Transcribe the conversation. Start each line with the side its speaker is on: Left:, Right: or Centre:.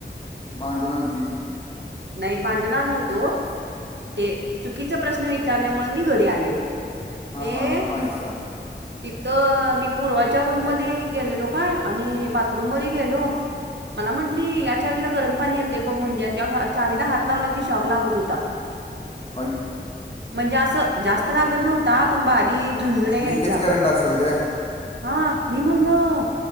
Left: भांडून आलतीस
Right: नाही भांडून आलो नव्हतो ते चुकीचा प्रश्न विचारल्यामुळे मी घरी आलेलो.
Left: हा
Right: ते
Left: हा हो भाईसाब
Right: तिथं मी पूर्वाच्या रूम मध्ये गेलेलो काय आणि बाथरूम मध्ये गेलो मला म्हटंली या चावीला गरम पाणी येते बघ म्हणली आणि त्या चावीला हात लावला की शॉक लागत होता.
Left: काय?
Right: म्हणजे असं जास्त लागत नव्हता पण बारी झुंणजूण्या यायच्या
Left: लिकेज करंट असेल ग
Right: हा मी म्हनलं